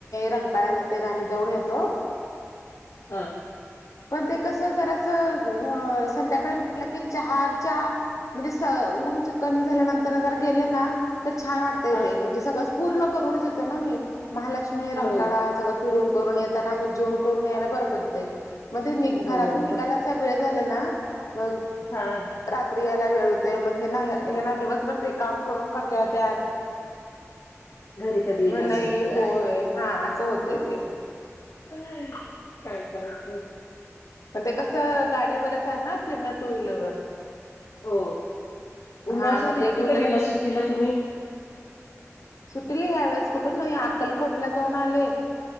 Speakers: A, on the left; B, on the left.
A: रंकाळयला ते ना आम्ही जाऊन येतो. <unintelligible>
B: हा.
A: पण ते कस जर असं अ संध्याकाळी म्हटलं की चारच्या म्हणजे स उऊंच कमी झाल्यानंतर जर गेलं ना तर छान वाट.
B: हा
A: म्हणजे सगळ पूर्ण करूनच येतो ना मी महालक्ष्मी रंकाळा
B: हो
A: सगळ फिरून येताना आ् जे करून यायला बर पड मगात
B: हो बर
A: त्या वेळ झाला ना मग
B: हा.
A: रात्री यायला वेळ होते मग हे ना हे ना दिवसभर ते काम करून क त्यात
B: घरी कधी येईल
A: मग
B: असं
A: नाही
B: होतं.
A: होय हा असं होतय ते
B: काय करायचं?
A: पण ते कसं गाडीवरच आहे ना फिरण टू व्हीलरवर
B: हो उन्हाळ्यासाठी
A: हा मग ते टू
B: कुठे
A: व्हीलर
B: गेला सुट्टिला तुम्ही?
A: सुटली ह वेळेस कुठून नाही अकलकोटला जाऊन आले.